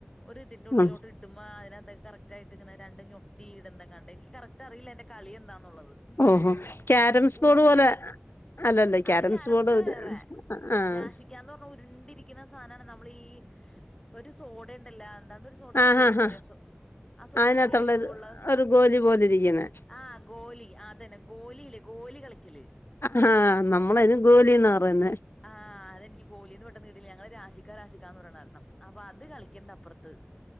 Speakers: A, on the left; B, on the left.
A: ഒര്തിന്റെ ഉള്ളിലോട്ട്
B: ആഹ്
A: ചുമ്മാ അതിനകത്ത കറക്റ്റ് ആയിട്ട് ങ്ങനെ രണ്ട് ഞൊട്ടി ഇടുന്നെങ്ങാണ്ട് എനിക്ക് കറക്റ്റ് അറിയില്ല എന്റെ കളി എന്താന്നുള്ളത്.
B: ഓഹോ ക്യാരംസ്
A: ഉരുണ്ടിരിക്ക
B: ബോഡ് പോലെ അല്ലല്ലേ ക്യാരംസ്
A: അത്
B: ബോർഡ്
A: വേറെ
B: ആഹ്
A: രാശിക്കാന്ന് പർഞ്ഞാ ഉരുണ്ടിരിക്കുന്ന സാനാണ് നമ്മളി ഈ ഒരു സോഡണ്ടല്ലാ എന്താണ്ട് ഒര് സോഡേനെ
B: ആഹ്
A: പേരും
B: ഹാ ഹാ
A: പറയാ സൊ ആഹ്‌ സോഡേന്റുള്ളില്
B: അതിനകത്തുള്ള ഒരു
A: ഉള്ള
B: ഒരു ഗോലി പോലിരിക്കുന്നെ
A: ആഹ്‌ ഗോലി ആഹ് അതന്നെ. ഗോലില്ലേ ഗോലി കളിക്കല്.
B: ഹാ നമ്മളയിന് ഗോലീന്നാ പറയുന്നേ.
A: ആഹ് അതെനിക്ക് ഗോലീന്ന് പെട്ടെന്ന് കേട്ടില്ല ഞങ്ങള് രാശിക്കാ രാശിക്കാ എന്ന് പറണെ അപ്പൊ അത് കളിക്ക്ണ്ട് അപ്പറത്ത്